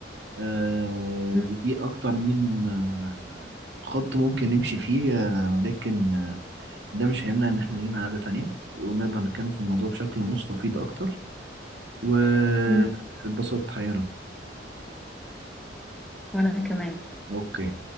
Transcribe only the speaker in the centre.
م-
م.
وانا كمان